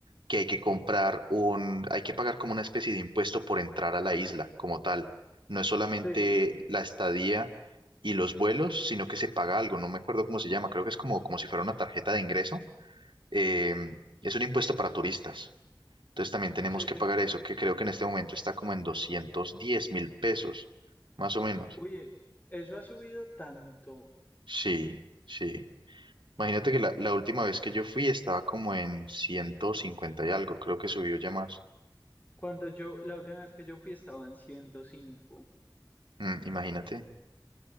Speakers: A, on the right; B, on the left.
A: que hay que comprar un, hay que pagar como una especie de impuesto por entrar a la isla como tal. No es solamente
B: Sí,
A: la estadía y los vuelos, sino que se paga algo. No me acuerdo cómo se llama, creo que es como, como si fuera una tarjeta de ingreso. Em, es un impuesto para turistas. Entonces también tenemos
B: sí,
A: que
B: sí.
A: pagar eso, que creo que en este momento está como en 210 mil pesos, más o menos.
B: Oye, eso ha subido tanto.
A: Sí, sí. Imagínate que la, la última vez que yo fui estaba como en 150 y algo, creo que subió ya más.
B: Cuando yo, la última vez que yo fui estaban ciento cinco,
A: Mm, imagínate,